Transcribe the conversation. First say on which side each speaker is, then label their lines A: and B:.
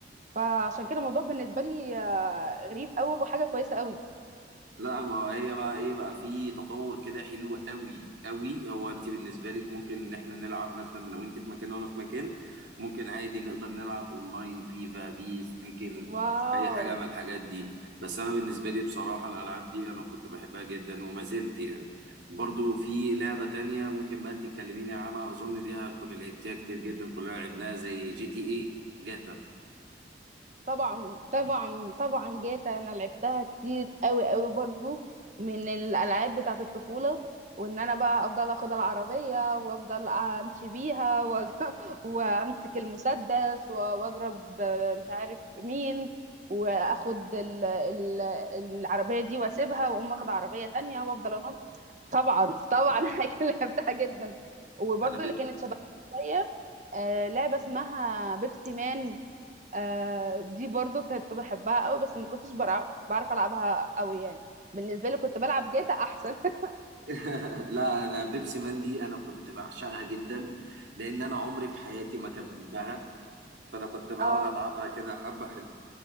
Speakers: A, on the right; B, on the right.
A: فعشان كده الموضوع بالنسبة لي آه، غريب أوي وحاجة كويسة أوي
B: لا ما هي بقى ايه بقى في تطور كده حلو قوي قوي هو انت بالنسبه لك ممكن ان احنا نلعب مثلا لو انت في مكان وانا في مكان ممكن عادي نقدر نلعب اونلاين فيفا بيس تيكن
A: واو
B: اي حاجه من الحاجات دي بس انا بالنسبه لي بصراحه الالعاب دي انا كنت بحبها جدا وما زلت يعني برضو في لعبه تانية ممكن بقى انت تكلميني عنها اظن دي هتكون لعبتيها كتير جدا كلنا لعبناها زي جي تي اي جاتا
A: طبعا طبعا طبعا جاتا انا لعبتها كتير قوي قوي برضو من الالعاب بتاعه الطفوله وان انا بقى افضل اخد العربيه وافضل امشي بيها و... <laughs> وامسك المسدس و- واضرب مش عارف مين واخد ال... ال... العربيه دي واسيبها واقوم واخد عربيه تانية وافضل انط طبعا طبعا <laughs> انا أكيد لعبتها جدا وبرضو
B: انا
A: اللي كانت شبه شويه آه، لعبه اسمها بيبسي مان آه، دي برضو كنت بحبها قوي بس ما كنتش برع- بعرف العبها قوي يعني بالنسبه لي كنت بلعب جاتا احسن <laughs>
B: <laughs> لا انا بيبسي مان دي انا كنت بعشقها جدا لان انا عمري في حياتي ما كملتها فانا كنت بقعد
A: اه
B: العبها كده حبه حلو